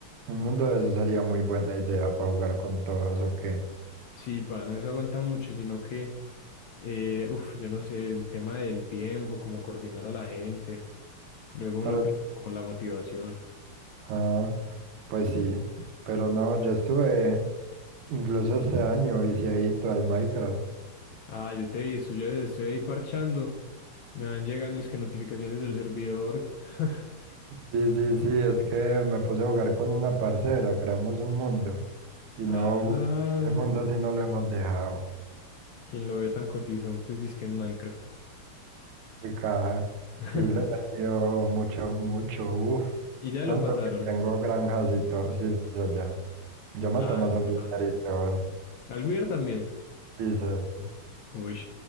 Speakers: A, on the right; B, on the left.
A: Un mundo de eso sería muy buena idea para jugar con todos, ¿o qué?
B: Sí, pa, no se aguanta mucho, sino que, eh, uff, yo no sé, el tema del tiempo, cómo coordinar a la gente. Luego
A: Para,
B: uno pierde como la motivación.
A: ah, pues sí, pero no, yo estuve incluso este año viciadito al Minecraft.
B: Ah, yo te vi, eso, yo estoy ahí parchando. Me van llegando es que notificaciones del servidor. <laughs>
A: Sí, sí, sí, es que me puse a jugar con una parcera, creamos un mundo y
B: Ah,
A: no, ese mundo sí no lo hemos dejado.
B: quien lo ve tan cotizón, pues dice que en Minecraft.
A: Qué caja.
B: <laughs>
A: Sí, le metió mucho, mucho, uff.
B: Y ya
A: Tanto
B: lo pasaron.
A: que tengo granjas y todo, sí, sí, allá. Yo me
B: Ah,
A: tomo
B: no.
A: ese dinerito,
B: ah. Al Weir también.
A: dices,
B: Uy.